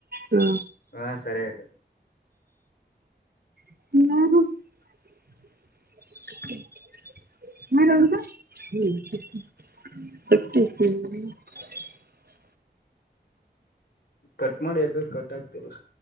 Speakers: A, on the right; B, on the left.
A: ಹ್ಮ,
B: ಹಾ ಸರಿ ಅಕ್ಕ
A: <unintelligible> <unintelligible> <unintelligible> ಹ್ಮ್
B: ಕಟ್ ಮಾಡಿ ಯಾಕ ಕಟ್ ಆಗ್ತಿಲ್ಲ.